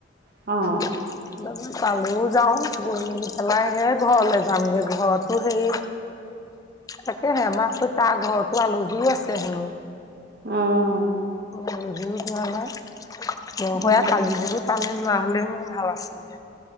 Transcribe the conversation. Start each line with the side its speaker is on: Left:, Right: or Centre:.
Right: অ'।
Left: এতিয়া মানে তালৈও যা ওঁ, গৈ মেলি পেলাই হে ঘৰলে যামগে, ঘৰতো সেই তাকেহে আমাৰ হেই তাৰ ঘৰতো আলহীও আছে হেনো।
Right: উম।
Left: আলহীও যোৱা নাই মই
Right: উম
Left: সৈয়া কালি বোলো তালে যোৱা হ'লে মোৰ ভাল আছিলে।